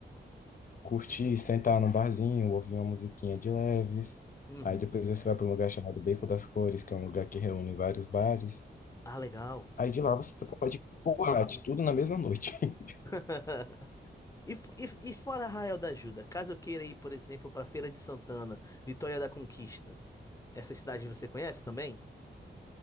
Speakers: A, on the left; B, on the left.
A: curtir, sentar num barzinho, ouvir uma musiquinha de leves.
B: Uhum.
A: Aí depois você vai para um lugar chamado Beco das Cores, que é um lugar que reúne vários bares.
B: Ah, legal.
A: Aí de lá você pode ir pro boate, tudo na mesma noite. <laughs>
B: <laughs> E, f- e, f- e fora Arraial da Ajuda, caso eu queira ir, por exemplo, para Feira de Santana, Vitória da Conquista, essas cidades você conhece também?